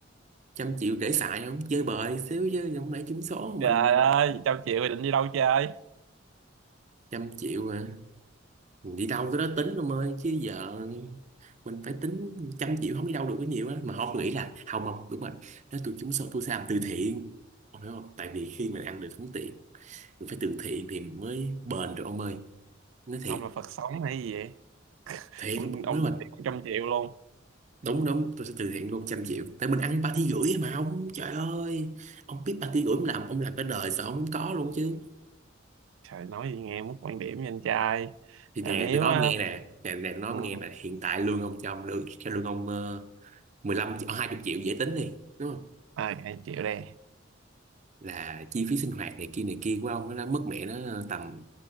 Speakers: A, on the right; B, on the right.
A: trăm triệu để xài không chơi bời xíu chứ không lẽ trúng số
B: trời
A: mình
B: ơi trăm triệu thì định đi đâu chơi
A: trăm triệu mà mình đi đâu tới đó tính ông ơi chứ giờ mình phải tính trăm triệu không đi đâu được có nhiều á mà họ nghĩ là hào mộc đúng rồi nếu tôi trúng số tôi sẽ làm từ thiện ông hiểu không tại vì khi mình ăn được sống tiền mình phải từ thiện thì mình mới bền được ông ơi nói thiệt
B: ông là Phật sống hay gì vậy
A: thiệt
B: ông ông
A: nếu
B: được
A: mà
B: tiền một trăm triệu luôn
A: đúng đúng tôi sẽ từ thiện luôn trăm triệu tại mình ăn ba tí rưỡi mà ông trời ơi ông biết ba tí rưỡi ông làm ông làm cả đời sao ông không có luôn chứ
B: trời nói gì nghe mất quan điểm với anh trai
A: thì
B: à,
A: nè
B: nếu
A: tôi nói
B: á,
A: ông nghe nè nè nè tôi nói
B: ừ,
A: ông nghe nè hiện tại lương ông cho ông lương cho lương ông ờ, 15 triệu 20 triệu dễ tính đi đúng không
B: ai hai triệu đây
A: là chi phí sinh hoạt này kia này kia của ông nó đã mất mẹ nó tầm